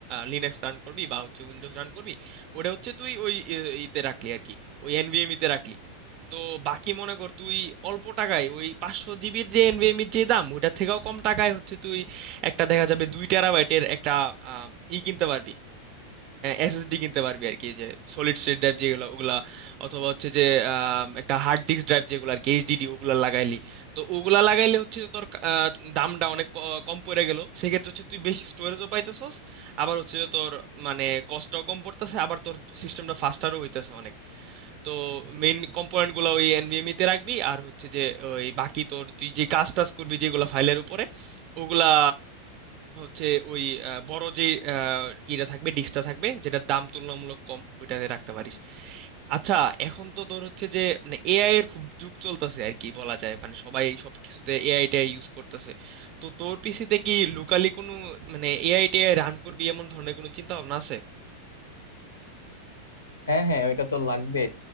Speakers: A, on the right (about 40°); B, on the left (about 70°).
A: লিনাক্স রান করবি বা হচ্ছে উইন্ডোজ রান করবি ওটা হচ্ছে তুই ওই এ, ইতে রাখলি আর কি ওই এনভিএমই তে রাখলি তো বাকি মনে কর তুই অল্প টাকায় ওই পাঁচশো জিবির যে এনভিএম এর যে দাম ওটার থেকেও কম টাকায় হচ্ছে তুই একটা দেখা যাবে দুই টেরাবাইটের একটা আহ, ই কিনতে পারবি এসএসডি কিনতে পারবি আর কি যে সলিড স্টেট ড্রাইভ যেগুলো ওগুলা অথবা হচ্ছে যে আম, একটা হার্ড ডিস্ক ড্রাইভ যেগুলো আর কি এইচডিডি ওগুলা লাগাইলি তো ওগুলা লাগাইলে হচ্ছে তোর আহ, দামটা অনেক ক- কম পড়ে গেল সেক্ষেত্রে হচ্ছে তুই বেশি স্টোরেজও পাইতেছস আবার হচ্ছে যে তোর মানে কষ্টও কম পড়তেছে আবার তোর সিস্টেমটা ফাস্টারও হইতেছে অনেক তো মেইন কম্পোনেন্ট গুলো ওই এনভিএমই তে রাখবি আর হচ্ছে যে ওই বাকি তোর তুই যে কাজ টাজ করবি যেগুলো ফাইলের উপরে ওগুলা হচ্ছে ওই আহ, বড় যে আহ, ইটা থাকবে ডিস্কটা থাকবে যেটার দাম তুলনামূলক কম ওইটাতে রাখতে পারিস আচ্ছা এখন তো ধর হচ্ছে যে মানে এআই এর খুব যুগ চলতেছে আর কি বলা যায় মানে সবাই সব কিছুতে এআই টাই ইউজ করতেছে তো তোর পিসিতে কি লোকালি কোনো মানে এআই টেআই রান করবি এমন ধরনের কোনো চিন্তা ভাবনা আছে
B: হ্যাঁ হ্যাঁ ওইটা তো লাগবে